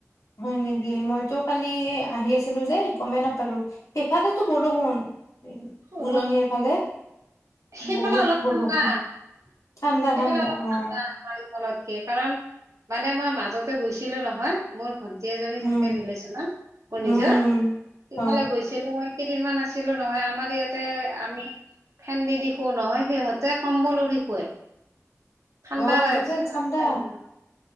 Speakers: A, on the left (about 85°); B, on the right (about 70°).
A: হয় নেকি? মইতো কালি আহি আছিলো যে গমেই নাপালো সেইফালেতো বৰষুণ।
B: অ
A: উজনিৰ ফালে।
B: সেইফালে
A: বহুত
B: অলপ
A: বৰষুণ।
B: ঠাণ্ডা।
A: ঠাণ্ডা
B: সেইফালে
A: ঠাণ্ডা
B: অলপ
A: অ
B: ঠাণ্ডা পাৰি। <unintelligible> কাৰণ মানে মই মাজতে গৈছিলো নহয় মোৰ ঘ। এজনী
A: উম
B: থাকে ৰিলে্চনত ম নিজৰ
A: উম
B: সেইফালে
A: অ
B: গৈছিলো মই। কেইদিনমান আছিলো নহয় আমাৰ ইয়াতে আমি ফেন দি দি শু নহয় সিহঁতে কম্বল উৰি শুৱে। ঠাণ্ডা
A: অ তাতে ঠাণ্ডা।
B: ঠাইবিলাক